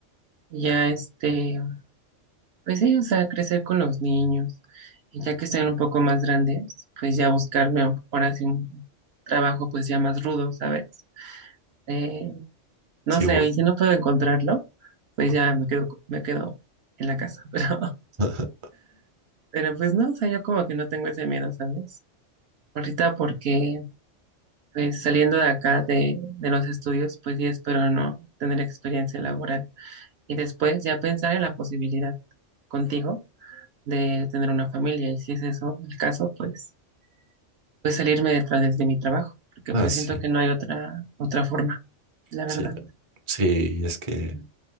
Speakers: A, on the right (about 65°); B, on the right (about 30°).
A: Y ya este, pues sí, o sea, crecer con los niños. Y ya que estén un poco más grandes, pues ya buscarme a- ahora sí un trabajo pues ya más rudo, ¿sabes? Eh, no
B: sí,
A: sé,
B: bol-
A: y si no puedo encontrarlo, pues ya me quedo, co- me quedo en la casa. <laughs>
B: <laughs>
A: Pero, pero pues no, o sea, yo como que no tengo ese miedo, ¿sabes? Ahorita porque Pues saliendo de acá de, de los estudios, pues sí espero no tener experiencia laboral. Y después ya pensar en la posibilidad contigo de tener una familia. Y si es eso el caso, pues, pues salirme detrás de, de mi trabajo, porque
B: ah,
A: pues
B: sí,
A: siento que no hay otra, otra forma, la verdad.
B: sí, sí, es que